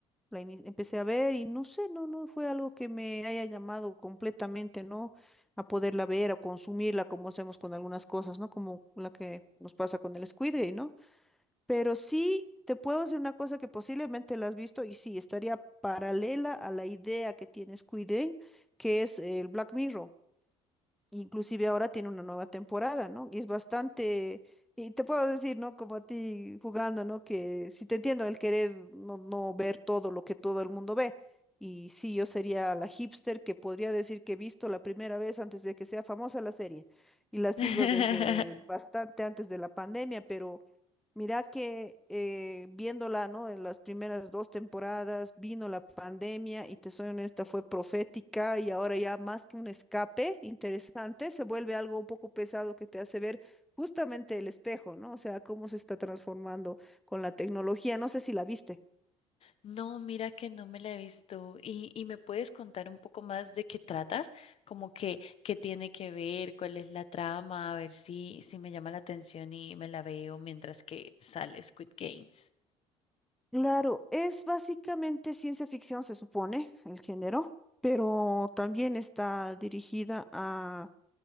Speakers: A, in the centre; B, on the left (about 50°).
A: la ini- empecé a ver y no sé, no, no fue algo que me haya llamado completamente, ¿no? A poderla ver, a consumirla, como hacemos con algunas cosas, ¿no? Como la que nos pasa con el Squid Game, ¿no? Pero sí te puedo decir una cosa que posiblemente la has visto y sí, estaría paralela a la idea que tiene Squid Game, que es el Black Mirror. Inclusive ahora tiene una nueva temporada, ¿no? Y es bastante, y te puedo decir, ¿no? Como a ti jugando, ¿no? Que si te entiendo el querer no, no ver todo lo que todo el mundo ve. Y sí, yo sería la hipster que podría decir que he visto la primera vez antes de que sea famosa la serie. Y la sigo
B: <laughs>
A: desde bastante antes de la pandemia, pero Mira que eh, viéndola, ¿no? En las primeras dos temporadas vino la pandemia y te soy honesta, fue profética y ahora ya más que un escape interesante, se vuelve algo un poco pesado que te hace ver justamente el espejo, ¿no? O sea, cómo se está transformando con la tecnología. No sé si la viste.
B: No, mira que no me la he visto. ¿Y, y me puedes contar un poco más de qué trata? Como que, qué tiene que ver, cuál es la trama, a ver si, si me llama la atención y me la veo mientras que sale Squid Games.
A: Claro, es básicamente ciencia ficción, se supone, el género, pero también está dirigida a,